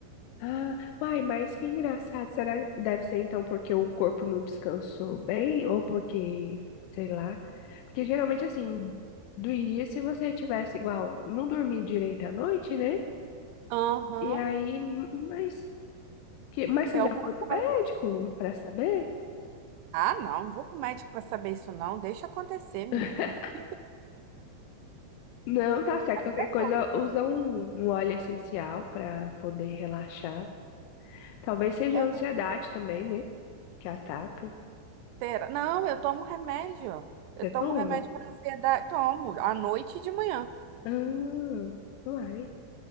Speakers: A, on the left; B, on the right.
A: Ah, uai, mas que engraçado. Será deve ser então porque o corpo não descansou bem ou porque, sei lá. Porque geralmente assim, doeria se você tivesse igual, não dormindo direito à noite, né?
B: Aham,
A: E aí, m- mas que, mas você
B: é
A: já
B: o contrário.
A: foi pro médico pra saber?
B: Ah, não, não vou com o médico para saber isso, não. Deixa acontecer, menina.
A: <laughs>
B: <laughs>
A: Não, tá certo. Qualquer
B: É
A: coisa,
B: bom.
A: usa um, um óleo essencial pra poder relaxar. Talvez seja
B: É,
A: a ansiedade também, né? Que ataca.
B: será? Não, eu tomo remédio. Eu
A: Você
B: tomo
A: toma?
B: remédio para ansiedade. Tomo, à noite e de manhã.
A: Ah, uai.